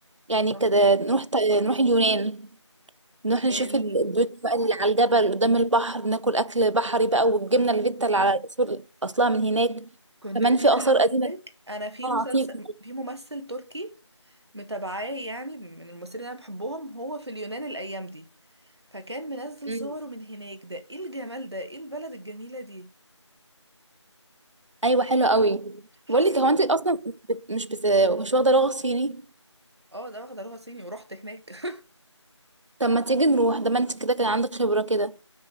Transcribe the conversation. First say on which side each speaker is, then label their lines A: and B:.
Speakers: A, on the right; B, on the right.
A: يعني
B: آه.
A: كده نروح ت- نروح اليونان نروح نشوف
B: ال...
A: ال- البيوت بقى اللي على الجبل قدام البحر ناكل اكل بحري بقى والجبنه
B: كنت
A: الفيتا اللي على الأصول اصلها من هناك
B: كنت
A: كمان
B: لسه
A: في اثار
B: هقولك
A: قديمه
B: أنا في
A: آه،
B: مسلسل
A: عتيقه
B: في ممثل تركي متابعاه يعني من الممثلين اللي أنا بحبهم هو في اليونان الأيام دي فكان منزل
A: أمم.
B: صوره من هناك ده ايه الجمال ده ايه البلد الجميلة دي
A: ايوه حلو قوي
B: حسيت
A: بقول لك هو انت اصلا مش بت... مش, بت... مش واخده لغه صيني
B: اه ده واخده لغه صيني ورحت هناك <laughs>
A: طب ما تيجي نروح ده ما انت كده كان عندك خبره كده